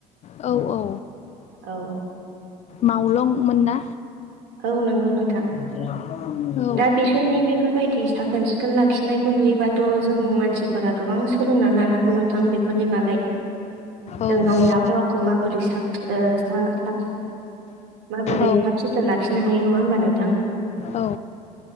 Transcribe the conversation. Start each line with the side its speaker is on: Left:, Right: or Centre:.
Left: औ औ
Right: औ
Left: मावलंमोन ना
Right: औ नंगौ नोंथां
Left: <unintelligible> औ
Right: दा बिसोरनि बेफोरबायदि साखोन सिखोन लाखिनायखौ नुयोबाथ' जों मानसिफोरा गोबां गोबां सोलोंनानै लानांगौ नोंथां बेफोरनि बागै
Left: औ
Right: जों गावनि
Left: नंगौ
Right: आबहावाखौ माबोरै साब ओ साब माबोरै
Left: औ
Right: साफ सिथोन लाखिनो हायो नङा होमबानो
Left: औ